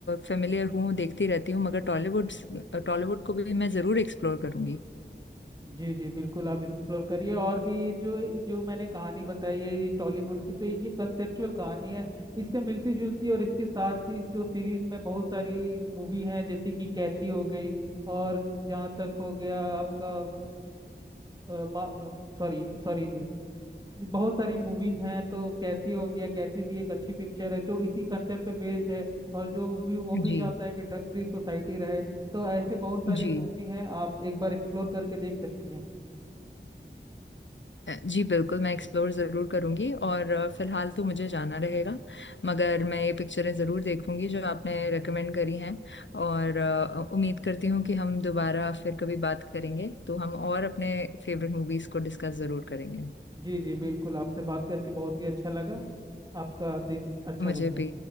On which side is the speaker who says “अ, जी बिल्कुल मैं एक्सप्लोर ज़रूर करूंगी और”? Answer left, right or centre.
Left